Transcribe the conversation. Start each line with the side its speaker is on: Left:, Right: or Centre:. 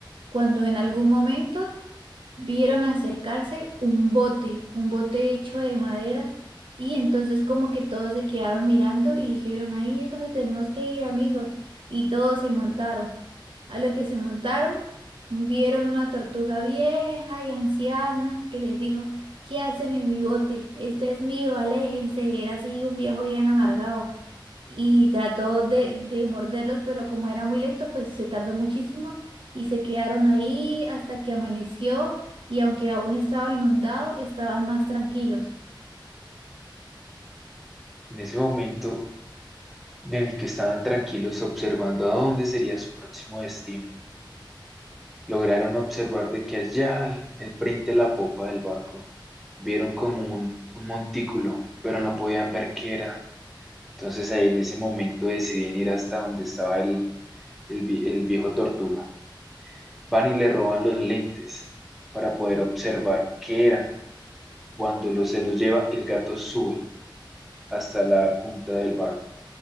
Right: cuando en algún momento vieron acercarse un bote, un bote hecho de madera, y entonces como que todos se quedaron mirando y dijeron, ahí es donde tenemos que ir, amigos, y todos se montaron. A lo que se montaron, vieron una tortuga vieja y anciana que les dijo, ¿qué hacen en mi bote? Este es mío, aléjense, era así un viejo bien amargado y trató de, de morderlos, pero como era muy lento, pues se tardó muchísimo y se quedaron ahí hasta que amaneció y aunque aún estaba inundado, estaban más tranquilos,
Centre: En ese momento en el que estaban tranquilos observando a dónde sería su próximo destino. Lograron observar de que allá al al frente de la popa del barco vieron como un, un montículo, pero no podían ver qué era. Entonces ahí en ese momento deciden ir hasta donde estaba el, el, vi- el viejo tortuga. Van y le roban los lentes para poder observar qué era. Cuando los, se los lleva, el gato sube hasta la punta del barco.